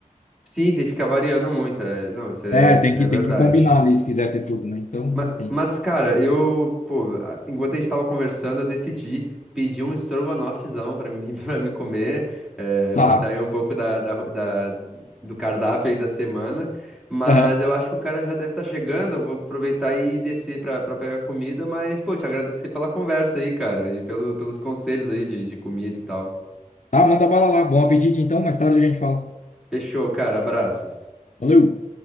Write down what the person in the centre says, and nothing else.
Sim, tem que ficar variando muito. é, não, isso é,
é
verdade.
Ma-
Mas, cara, eu, pô, a- enquanto a gente tava conversando, eu decidi pedir um estrogonofezão pra mim, <laughs> pra mim comer. É,
vou sair um pouco da, da, ro- da- do cardápio aí da semana. Mas
eu acho que o cara já deve estar chegando. Eu vou aproveitar e descer pra, pra pegar comida. Mas, pô, te agradecer pela conversa aí, cara, e pelo, pelos conselhos aí de, de comida e tal.
Fechou, cara. Abraços.